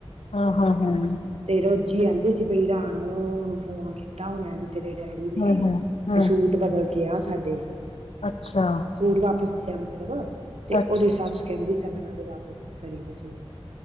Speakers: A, on the left; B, on the right.
A: ਹਾਂ-ਹਾਂ, ਹਮ।
B: ਤੇ ਰੋਜ਼ੀ ਆਹਿੰਦੀ ਸੀ ਪਈ ਰਾਣੌ ਨੂੰ ਫੋਨ ਕੀਤਾ ਹੁਣੇ ਤੇਰੇ ਡੈਡੀ ਨੇ
A: ਹਾਂ ਹਾਂ ਹਾਂ
B: ਵੀ ਸੂਟ ਬਦਲ ਕੇ ਆ ਸਾਡੇ।
A: ਅੱਛਾ।
B: ਸੂਟ ਵਾਪਿਸ ਦੇ ਮਤਲਬ ਤੇ,
A: ਅੱਛਾ
B: ਉਹਦੀ
A: ਅੱਛਾ
B: ਸੱਸ ਕਹਿੰਦੀ ਸਗਨਾ ਤੇ ਵਾਪਿਸ ਨੀ ਕਰੀ ਦੇ ਸੂਟ।